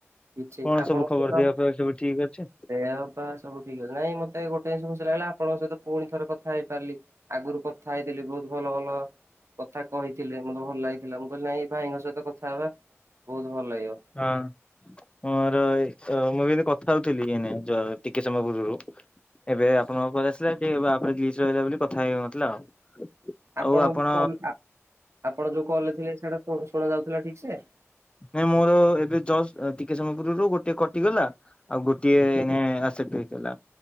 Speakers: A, on the right; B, on the left.
A: କିଛି
B: କଣ
A: ଆପଣଙ୍କର
B: ସବୁ ଖବର ଦେହ ଫେୟ ସବୁ ଠିକ ଅଛି।
A: ଦେହ ପା ସବୁ ଠିକ ଅଛି ନାଇଁ ମତେ ଗୋଟେ ଜିନିଷ ଖୁସି ଲାଗିଲା ଆପଣଙ୍କ ସହିତ ପୁଣି ଥରେ କଥା ହେଇ ପାରିଲି ଆଗରୁ କଥା ହେଇଥିଲି ବହୁତ ଭଲ ଭଲ କଥା କହିଥିଲେ ମତେ ଭଲ ଲାଗିଥିଲା ମୁଁ କହିଲି ନାଇଁ ଭାଇଙ୍କ ସହିତ କଥା ହେବା ବହୁତ ଭଲ ଲାଗିବ।
B: ହଁ ମୋର ଏଇ ଓ ମୁଁ ବି ଏତି କଥା ହୋଉଥିଲି ଏନେ ଯ ଟିକେ ସମୟ ପୂର୍ବରୁ ଏବେ ଆପଣଙ୍କ କଲ୍ ଆସିଲା ଟିକେ ବାଫଯିସ ହେଲାବୋଲି କଥା ହେଇହୋଉନଥିଲା ଆଉ।
A: ଆପଣଙ୍କ
B: ଆଉ ଆପଣ
A: ଆପ ଆପଣ ଯୋଉ କଲ ଥିଲେ ସେଇଟା ଶୁ ଶୁଣ ଯାଉଥିଲା ଠିକ ସେ।
B: ନାଇ ମୋର ଏବେ ଜସ୍ ଟିକେ ସମୟ ପୂର୍ବରୁ ଗୋଟେ କଟିଗଲା ଆଉ ଗୋଟିଏ ମେଁ ଆସେପଟ୍ ହେଇଥିଲା